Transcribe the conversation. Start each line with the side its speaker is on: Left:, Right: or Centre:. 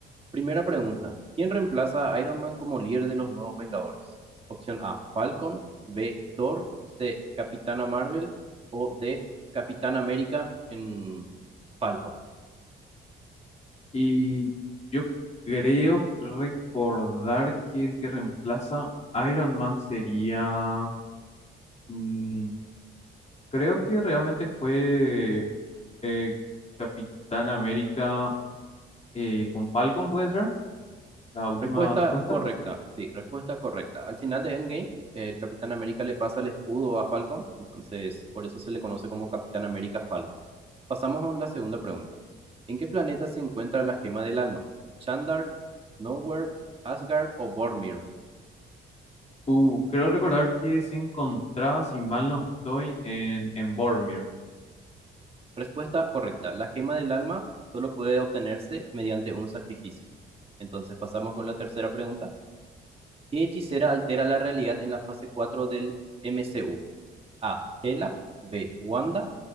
Right: Primera pregunta. ¿Quién reemplaza a Iron Man como líder de los nuevos Vengadores? Opción A, Falcon, B, Thor, C, Capitana Marvel o D, Capitán América en Falcon.
Left: Y yo creo recordar que el que reemplaza a Iron Man sería... mm, creo que realmente fue eh, Capitán América eh, con Falcon, ¿puede ser? La última
Right: Respuesta
Left: respuesta.
Right: correcta, sí, respuesta correcta. Al final de Endgame, el Capitán América le pasa el escudo a Falcon, entonces por eso se le conoce como Capitán América Falcon. Pasamos a la segunda pregunta. ¿En qué planeta se encuentra la gema del alma? ¿Chandar, Nowhere, Asgard o Bormir?
Left: Uh, creo recordar que se encontraba, si mal no estoy, en, en Boromir.
Right: Respuesta correcta. La gema del alma solo puede obtenerse mediante un sacrificio. Entonces pasamos con la tercera pregunta. ¿Qué hechicera altera la realidad en la fase 4 del MCU? A. Hela. B. Wanda.